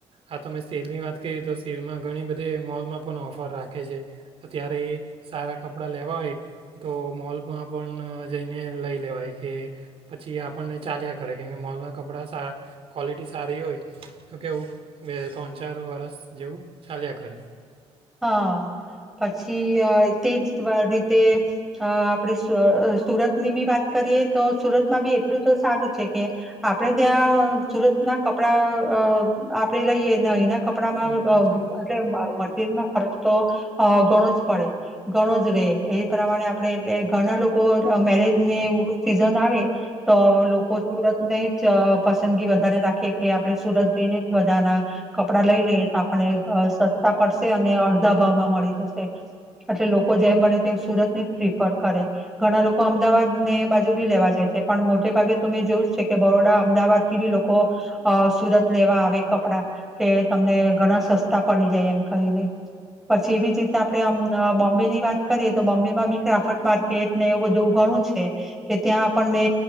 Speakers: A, on the right (about 55°); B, in the centre.
A: આ તો મેં સેલની વાત કયરી તો, સેલમાં ઘણી બધી એવી મોલમાં પણ ઓફર રાખે છે. તો ત્યારે એ સારા કપડાં લેવા હોય તો, મોલમાં પણ જઈને લઈ લેવાય કે પછી આપણને ચાલ્યા કરે. કેમ કે મોલના કપડા સાર ક્વૉલિટી સારી હોય. તો કેવું, બે, તણ, ચાર વરસ જેવું ચાલ્યા કરે.
B: હા, પછી અહ તેજ ત્વ રીતે અહ આપણેે સ સુરતની બી વાત કરીએ તો સુરતમાં બી એટલું તો સારું છે કે, આપણેે ત્યાં સુરતના કપડા અહ આપણેે લઈએ ને અહીંના ક કપડામાં
A: મન
B: <unintelligible>
A: કઈ ચાલો
B: મટિરીયલમાં ફરક તો અહ ઘણો જ પડે, ઘણો જ રહે. એ પ્રમાણે આપણેે એટલે ઘણા લોકો મેરેજ ને એવું સીઝન આવે તો લોકો સુરતનેય ચ પસંદગી વધારે રાખીએ કે આપણે સુરત જઈને જ બધાના કપડા લઈ લઈએ તો આપણે ઘ સસ્તા પડશે અને અડધા ભાવમાં મળી જશે. અટલે લોકો જેમ બને તેમ સુરત ને જ પ્રિફર કરે. ઘણા લોકો અમદાવાદ ને એ બાજુ બી લેવા જાય છે. પણ, મોટે ભાગે તો મેં જોયું છે કે, બરોડા, અમદાવાદ થી બી લોકો અ સુરત લેવા આવે કપડા કે, તમને ઘણા સસ્તા પડી જાય એમ કરીને. પછી એવી જ રીતના આપળે આમ અ બોમ્બેની વાત કરીએ તો, બોમ્બેમાં બી ક્રાફટ માર્કેટ ને એવું બધું ઘણું છે. કે ત્યાં આપણને